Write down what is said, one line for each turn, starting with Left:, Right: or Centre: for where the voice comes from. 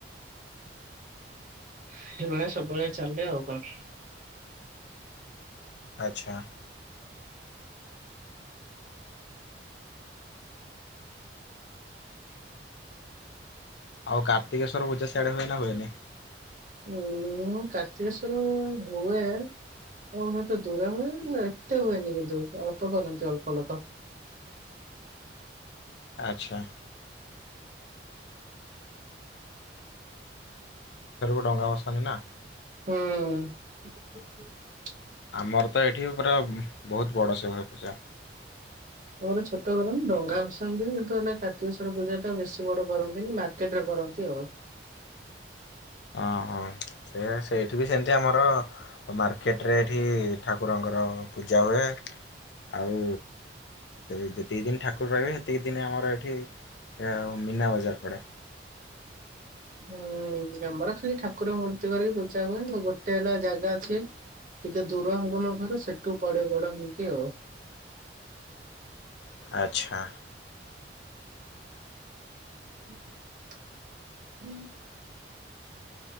Right: ସେଭଳିଆ ସବୁବେଳେ ଚାଲେ ଆଉ କଣ?
Left: ଆଚ୍ଛା। ଆଉ କାର୍ତ୍ତିକେଶ୍ଵର ପୂଜା ସିଆଡେ ହୁଏ ନା ହୁଏନି।
Right: ଉଁ କାର୍ତ୍ତିକେଶ୍ଵର ହୁଏ ମୋ ହତ ଦୂର ହୁଏ ଏତେ ହୁଏନି କିନ୍ତୁ ଅଳ୍ପ କରନ୍ତି ଅଳ୍ପ ଅଲୋକ
Left: ଆଚ୍ଛା। ରଙ୍ଗା ବସାନୀ ନା
Right: ହୁଁ।
Left: ଆମର ତ ଏଠି ପୁରା ବହୁତ ବଡ଼ ସେ ହୁଏ ପୁଜା।
Right: ମୋର ଛୋଟ ଘର ଡଙ୍ଗା ଭସାନ୍ତି ଯେତ ହେ କାର୍ତ୍ତିକେଶ୍ଵର ପୂଜା ଟା ବେଶୀ ବଡ କରନ୍ତିନି ମାର୍କେଟରେ କରନ୍ତି ଆଉ।
Left: ହଁ ହଁ ସେ ସେଇଠି ବି ସେମିତି ଆମର ମାର୍କେଟ ରେ ଏଠି ଠାକୁରଙ୍କର ପୂଜା ହୁଏ। ଆଉ ସେ ଯେତିିକି ଦିନ ଠା କୁର୍ ରହିବେ ହେତିକି ଦିନେ ଆମର ଏଠି ମୀନା ବଜାର ପଡ଼େ।
Right: ହୁଁ ଆମର ଖାଲି ଠାକୁର ମୂର୍ତ୍ତି କରିକି ପୂଜା ହୁଏ ଆଉ ଗୋଟେ ହେଲା ଜାଗା ଅଛି ଟିକେ ଦୂର ହବ ମୋ ଘର ସେଠୁ ପଡେ ବଡ ହେଇକି ଆଉ।
Left: ଆଚ୍ଛା।
Right: <inaudible>